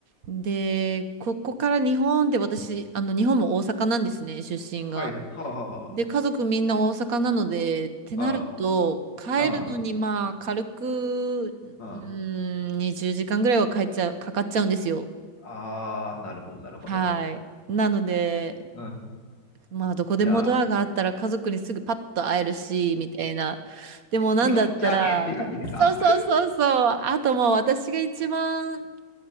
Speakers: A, on the right; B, on the left.
A: で、ここから日本で私、あの、日本も大阪なんですね、出身が。
B: はいはい。はあはあは
A: で、家族みんな大阪なので、ってなると、
B: あ。
A: 帰るのに、
B: ああ。あ
A: まあ、軽く、
B: あ、
A: うーん、
B: あ
A: 20時間ぐらいは帰っちゃう、かかっちゃうんですよ。
B: あ、ああなるほど、なるほど。
A: はい。なので、
B: うん。
A: まあ、どこでもドアがあったら家族にすぐパッと会えるし、
B: じゃあ、
A: みたいな。でも、なんだったら、
B: よっ、じゃあねって感じですか。
A: そうそうそうそう。あともう私が一番、